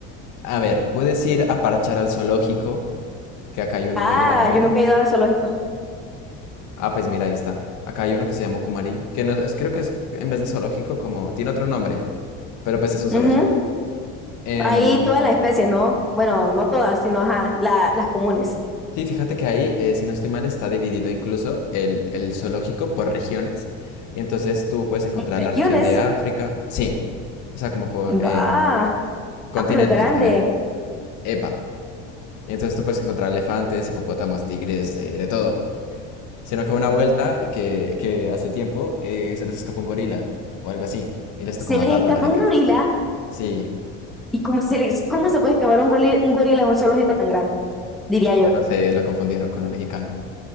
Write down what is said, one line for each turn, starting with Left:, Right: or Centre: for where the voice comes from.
Left: A ver, puedes ir a parchar al zoológico, que acá hay uno
Centre: Ah,
Left: muy grande.
Centre: yo nunca he ido a zoológico.
Left: Ah, pues mira, ahí está. Acá hay uno que se llama Kumari, que no es, es- creo que es en vez de zoológico, como tiene otro nombre, pero pues es un zoológico.
Centre: Ujú.
Left: Em,
Centre: Ahí todas las especies, ¿no? Bueno, no todas, sino ajá, la- las comunes.
Left: sí, fíjate que ahí, eh, si no estoy mal, está dividido incluso el, el zoológico por regiones. Y entonces tú puedes encontrar
Centre: Regiones.
Left: la región de África, sí, o sea, como por em,
Centre: Ah,
Left: continentes,
Centre: ah, pero es grande.
Left: creo. Epa. Y entonces tú puedes encontrar elefantes, hipopótamos, tigres, eh, de todo. Sino que una vuelta que, que hace tiempo eh, se les escapó un gorila o algo así y les
Centre: Se
Left: tocó matarlo,
Centre: les escapó
Left: marica.
Centre: un gorila
Left: Sí,
Centre: y cómo se les, cómo se puede escapar un gorila, un gorila en un zoológico tan grande, diría yo.
Left: ya no sé, lo confundieron con un mexicano.